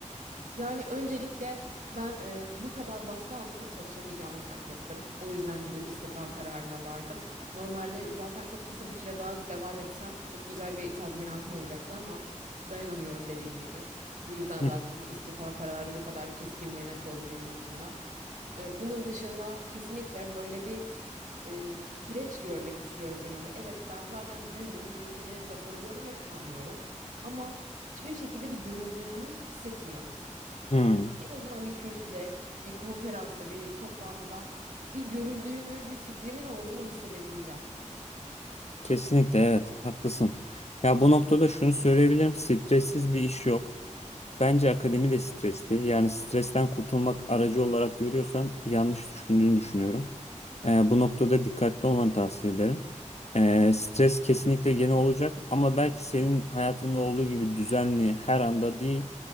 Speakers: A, on the right; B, on the left.
A: Yani öncelikle ben e, bu kadar baskı altında çalışamayacağımı fark ettim. O yüzden bu istifa kararına vardım. Normalde zaten çok kısa bir süre daha devam etsem çok güzel bir tazminatım olacaktı ama dayanamıyorum dediğim gibi. Bu yüzden
B: Hı.
A: zaten bu istifa kararı bu kadar keskin ve net oldu benim açımdan. E, bunun dışında kesinlikle böyle bir e, süreç görmek istiyorum önümde. Evet ben zaten gün gün birisini raporluyorum ve planlıyorum ama hiçbir şekilde bir görüldüğümü hissetmiyorum.
B: Hı.
A: Ama en azından bir kürsüde, bir konferansta, bir toplantıda bir görüldüğümü, bir fikrimin olduğunu hissedebileceğim.
B: Kesinlikle evet haklısın. Ya bu noktada şunu söyleyebilirim. Stressiz bir iş yok. Bence akademi de stresli. Yani stresten kurtulmak aracı olarak görüyorsan yanlış düşündüğünü düşünüyorum. Ee, bu noktada dikkatli olmanı tavsiye ederim. Ee, stres kesinlikle gene olacak ama belki senin hayatında olduğu gibi düzenli her anda değil,